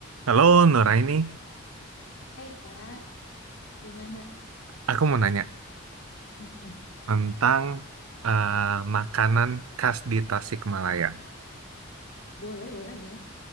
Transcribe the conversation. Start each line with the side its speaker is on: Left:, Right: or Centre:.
Right: Halo Nuraini,
Left: Hei kak, gimana?
Right: aku mau nanya
Left: Mm-mm.
Right: tentang eh, makanan khas di Tasikmalaya.
Left: Boleh, boleh, boleh.